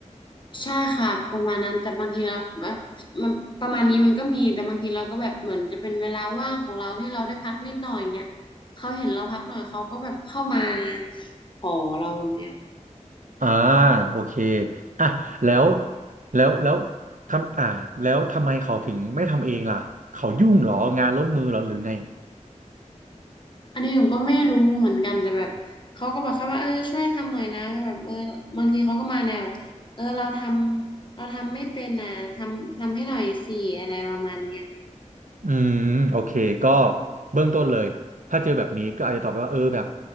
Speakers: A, on the left; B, on the right.
A: ใช่ค่ะประมาณนั้นแต่บางทีเราแบบมันประมาณนี้มันก็มีแต่บางทีเราก็แบบเหมือนจะเป็นเวลาว่างของเราที่เราได้พักนิดหน่อยเงี้ยเขาเห็นเราพักหน่อยเขาก็แบบเข้ามาขอเราแบบเนี้ย
B: อ่าโอเคอ่ะแล้วแล้วแล้วทำอ่าแล้วทำไมเขาถึงไม่ทำเองล่ะเขายุ่งเหรองานล้นมือเหรอหรือไง
A: อันนี้ผมก็ไม่รู้เหมือนกันแต่แบบเขาก็บอกแค่ว่าเออช่วยทำหน่อยนะก็แบบเออบางทีเขาก็มาแนวแบบเออเราทำเราทำไม่เป็นอ่ะทำทำให้หน่อยสิอะไรประมาณเนี้ย
B: อืมโอเคก็เบื้องต้นเลยถ้าเจอแบบนี้ก็อาจจะตอบไปว่าเออแบบ